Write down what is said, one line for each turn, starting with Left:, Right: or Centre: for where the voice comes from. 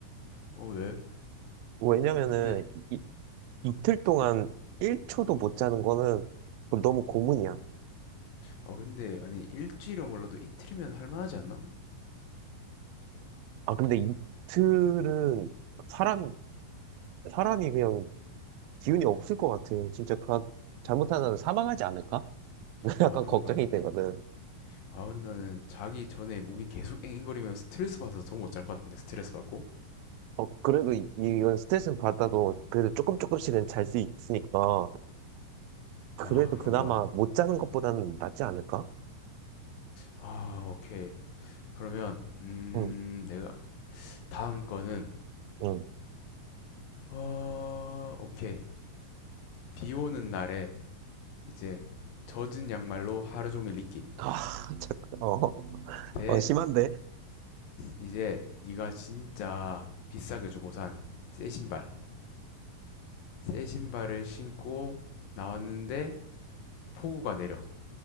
Left: 어 왜?
Right: 왜냐면은
Left: 어 어때?
Right: 이, 이틀 동안 1초도 못 자는 거는 너무 고문이야.
Left: 아 근데 아니 일주일은 몰라도 이틀이면 할만하지 않나?
Right: 아, 근데 이틀은 사람, 사람이 그냥 기운이 없을 것 같아. 진짜 가, 잘못하면 사망하지 않을까? <laughs> 약간
Left: 아 그런가?
Right: 걱정이 되거든.
Left: 이- 아 근데 나는 자기 전에 모기 계속 앵앵거리면 스트레스 받아서 더 못 잘 것 같은데 스트레스 받고?
Right: 어, 그래도 이, 이건 스트레스는 받아도 그래도 조금 조금씩은 잘 수 있으니까 그래도
Left: 아 그런가?
Right: 그나마 못 자는 것보다는 낫지 않을까?
Left: 아 오케이. 그러면 음
Right: 응,
Left: 내가 다음 거는
Right: 응.
Left: 어 오케이 비 오는 날에 이제 젖은 양말로 하루 종일 입기
Right: 아, <laughs> 잠깐. 어,
Left: 대
Right: 어, 심한데?
Left: 이제 네가 진짜 비싸게 주고 산 새 신발, 새 신발을 신고 나왔는데 폭우가 내려.